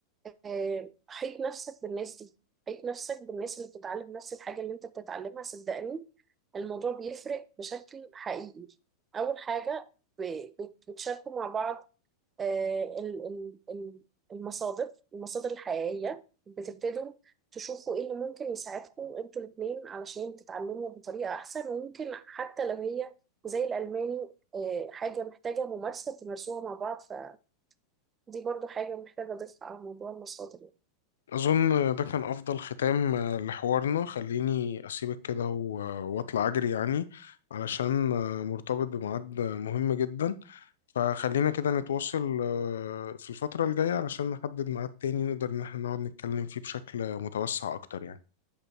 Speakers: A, on the right; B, on the left.
A: آه، حيط نفسك بالناس دي حيط نفسك بالناس اللي بتتعلم نفس الحاجة اللي انت بتتعلمها صدقني الموضوع بيفرق بشكل حقيقي أول حاجة ب- بت- بتشاركوا مع بعض آه، ال- ال- ال- المصادر المصادر الحقيقية بتبتدوا تشوفوا ايه اللي ممكن يساعدكم انتوا الاتنين علشان تتعلموا بطريقة أحسن وممكن حتى لو هي زي الألماني آه، حاجة محتاجة ممارسة تمارسوها مع بعض فدي برضو حاجة محتاجة أضيفها على موضوع المصادر يعني.
B: اظن ده كان افضل ختام آه، لحوارنا خليني اسيبك كده و- واطلع اجري يعني علشان آه، مرتبط بميعاد آه، مهم جدا فخلينا كده نتواصل آه، في الفترة الجاية علشان نحدد ميعاد تاني نقدر ان احنا نقعد نتكلم فيه بشكل متوسع اكتر يعني